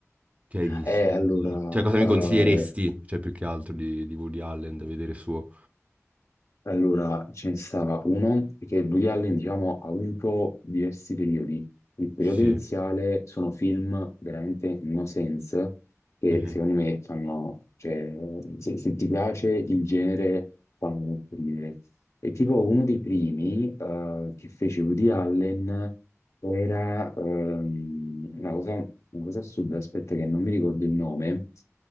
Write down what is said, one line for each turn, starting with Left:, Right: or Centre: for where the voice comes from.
Right: che hai visto
Left: Ah. E
Right: di
Left: allora,
Right: Woody Allen? Cioè, cosa mi
Left: eh,
Right: consiglieresti? Cioè, più che altro di, di Woody Allen da vedere suo.
Left: Allora, ce ne stava uno che Woody Allen, diciamo, ha avuto diversi periodi. Il periodo
Right: Sì.
Left: iniziale sono film veramente no sense, che
Right: Mhm.
Left: secondo me fanno, cioè, se, se ti piace il genere, fanno molto ridere. E tipo uno dei primi eh, che fece Woody Allen era ehm, una cosa, una cosa assurda, aspetta che non mi ricordo il nome,